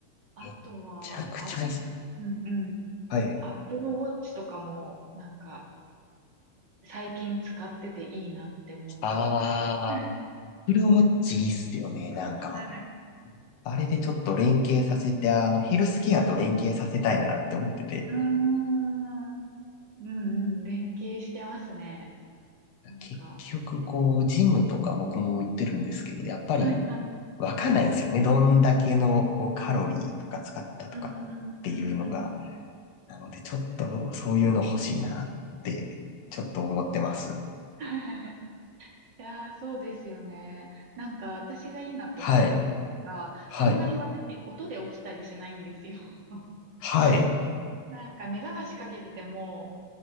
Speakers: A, on the right; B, on the left.
A: あとは、
B: めっちゃくちゃいい。
A: あ、うんうん。
B: はい。
A: Apple Watch とかも、なんか、最近使ってていいなって思ったりもし
B: ああ、
A: <laughs>
B: アップルウォッチいいっすよね、なんか。
A: はい。
B: あれでちょっと連携させて、あの、ヘルスケアと連携させたいなって思ってて。
A: うーん。うんうん、連携してますね。なんか、
B: 結局、こう、ジムとか僕も行ってるんですけど、やっぱり
A: はいはい。
B: わかんないんですよね。どんだけの、こう、カロリーとか使ったとかっていうのが。
A: うんうんうんうん。
B: なので、ちょっとそういうの欲しいなって、ちょっと思ってます。
A: <laughs> いやー、そうですよね。なんか、私がいいなって思ってるポイントが、
B: はい。はい。
A: あんまり私、音で起きたりしないんですよ。<laughs>
B: はい。
A: なんか、目覚ましかけてても、